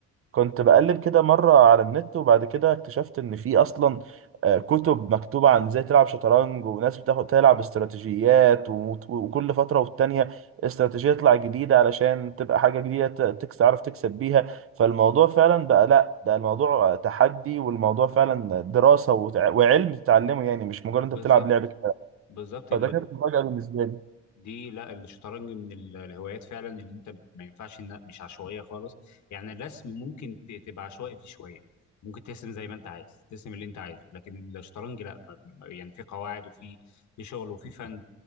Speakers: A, on the right (about 45°); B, on the left (about 70°).
A: كنت بقلب كده مرة على النت وبعد كده اكتشفت إن في أصلا آه، كتب مكتوبة عن إزاي تلعب شطرنج وناس بتاخد تلعب استراتيجيات وت- وكل فترة والتانية استراتيجية تطلع جديدة علشان تبقى حاجة جديدة ت- تكس تعرف تكسب بيها فالموضوع فعلا بقى لأ ده الموضوع تحدي والموضوع فعلا دراسة وتع- وعلم تتعلمه يعني مش مجرد أنت
B: بالظبط
A: بتلعب لعبة كده.
B: بالظبط
A: فده كانت مفاجأة بالنسبة لي
B: دي لا الشطرنج من ال- الهوايات فعلا اللي انت ما ينفعش انها مش عشوائيه خالص يعني الرسم ممكن ت- تبقى عشوائي فيه شويه ممكن ترسم زي ما انت عايز ترسم اللي انت عايزه لكن الشطرنج لا يعني في قواعد وفي في شغل وفي فن